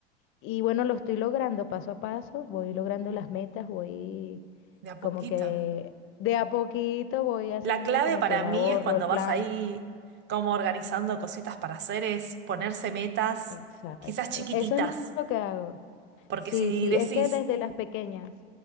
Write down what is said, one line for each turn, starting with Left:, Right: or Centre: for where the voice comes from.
Left: Y bueno, lo estoy logrando paso a paso, voy logrando las metas, voy
Right: De a
Left: como
Right: poquito.
Left: que de a poquito voy haciendo
Right: La clave
Left: como
Right: para
Left: que el
Right: mí
Left: ahorro,
Right: es cuando
Left: el plan.
Right: vas ahí como organizando cositas para hacer es ponerse metas
Left: Exacto.
Right: quizás chiquititas,
Left: Eso es lo que hago.
Right: porque
Left: Sí,
Right: si
Left: sí,
Right: decís,
Left: es que desde las pequeñas,